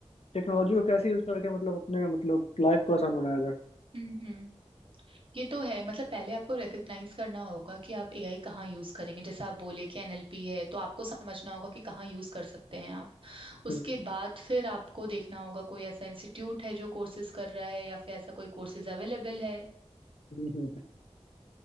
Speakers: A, on the left; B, on the right.
A: टेक्नोलॉजी को कैसे यूज करके मतलब अपने मतलब लाइफ को आसान बनाया जाए
B: हम्म हम्म ये तो है मतलब पहले आपको रिकग्नाइज करना होगा कि आप एआई कहाँ यूज करेंगे जैसे आप बोले कि एनएलपी है तो आपको समझना होगा कि कहाँ यूज कर सकते हैं आप उसके
A: हम्म,
B: बाद फिर आपको देखना होगा कोई ऐसा इंस्टीट्यूट है जो कोर्सेज कर रहा है या फिर ऐसा कोई कोर्सेज अवेलेबल है
A: हम्म, हम्म।